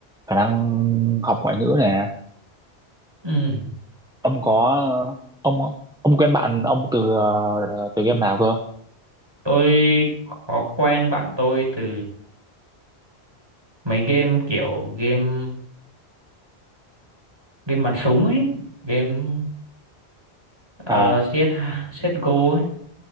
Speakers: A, in the centre; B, on the right.
A: khả năng học ngoại ngữ nè.
B: ừ
A: Ông có ông ông quen bạn ông từ ờ, từ game nào cơ?
B: tôi có quen bạn tôi từ mấy game kiểu game game bắn súng ấy game
A: À
B: uh, CS CSGO ấy